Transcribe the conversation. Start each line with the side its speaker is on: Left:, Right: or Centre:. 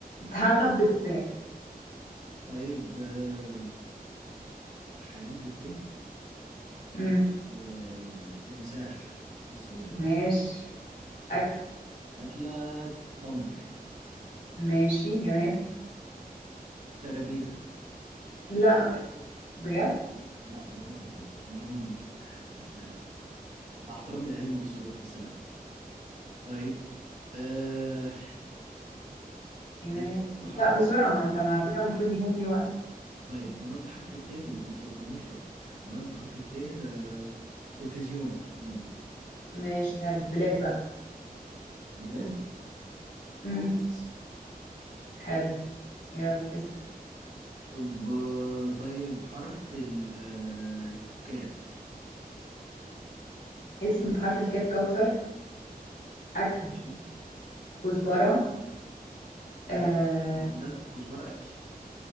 Left: هعرف بالثاء
Right: طيب أه حيوان بالت
Left: امم
Right: آه، تمساح ايه السهولة دي
Left: ماشي أكل
Right: أكلة تمر
Left: ماشي جماد
Right: ترابيزة
Left: لا بجد
Right: لا بهزر طبعا أنا م- يعني مع احترامي لأهل المنصورة بس لا طيب أه...
Left: جماد
Right: جماد بحرف
Left: لا بسرعة
Right: الت
Left: انت ما- على فكرة المفروض يكون في وقت
Right: طيب جماد بحرف الت م- ما تطنيش بقى جماد بحرف الت آه، تلفزيون يلا
Left: ماشي حلو بلاد بقى
Right: بلاد
Left: امم
Right: تونس
Left: حلو يلا اسم
Right: ب... طيب حرف الكاف
Left: اسم بحرف الكاف كوثر أكل
Right: ماشي
Left: كزبرة
Right: لا
Left: آه
Right: ده كزبرة أكل